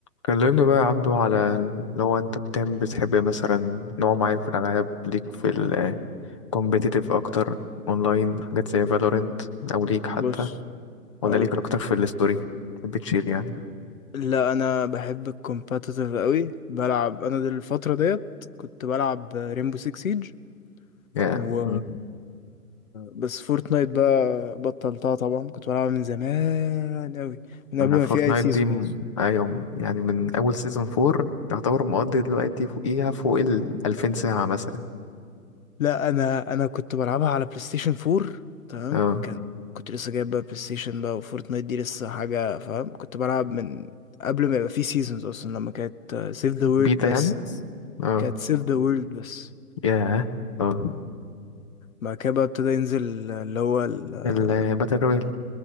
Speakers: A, on the left; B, on the left.
A: كلمني بقى يا عبدو على ال- لو انت بتعمل بتحب مثلا نوع معين في الالعاب ليك في ال competitive اكتر اونلاين حاجات زي فالورنت او ليك حتى
B: بص
A: ولا
B: اقول
A: ليك
B: لك
A: اكتر في الستوري بتشيل يعني
B: لا انا بحب الكومباتيتيف قوي بلعب انا دي الفتره ديت كنت بلعب ريمبو 6 سيج
A: يا
B: و
A: yeah.
B: بس فورتنايت بقى بطلتها طبعا كنت بلعبها من زمان قوي من قبل ما
A: فورتنايت
B: في اي سيزون
A: دي م-
B: اصلا
A: ايوه يعني من اول سيزون 4 يعتبر مقضي دلوقتي فوقيها فوق ال 2000 ساعة مثلا
B: لا انا انا كنت بلعبها على بلاي ستيشن 4 تمام
A: اه
B: كان كنت لسه جايب بقى بلاي ستيشن بقى وفورتنايت دي لسه حاجه فاهم كنت بلعب من قبل ما يبقى في سيزونز اصلا لما كانت سيف ذا
A: بيتا
B: وورلد بس
A: يعني اه
B: كانت سيف ذا وورلد بس
A: ياه اه
B: بعد كده بقى ابتدى ينزل اللي هو الباتل
A: الباتل رويال